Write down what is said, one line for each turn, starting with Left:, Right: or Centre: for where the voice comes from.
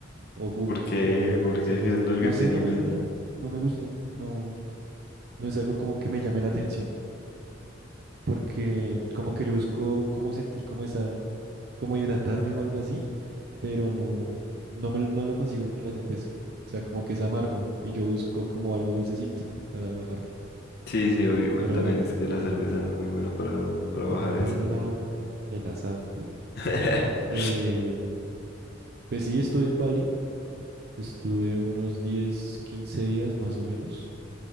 Right: o jugo,
Left: ¿Por qué?
Right: pero
Left: Porque
Right: cerveza.
Left: es que es lo
Right: No
Left: que tiene
Right: sé, no me
Left: con...
Right: entra, no me gusta, no, no es algo como que me llame la atención. Porque como que yo busco como sentir como esa, como hidratarme o algo así pero no, no, me, no lo consigo con la cerveza. O sea, como que es amargo y yo busco como algo dulcecito para bajarlo.
Left: Sí, sí, obvio, igual
Right: Pero
Left: también
Right: bueno,
Left: es que la cerveza no es muy buena para, para bajar
Right: dejando
Left: ese.
Right: a un lado el asado.
Left: <laughs>
Right: Eh, pues sí, estuve en Bali, estuve unos 10, 15 días más o menos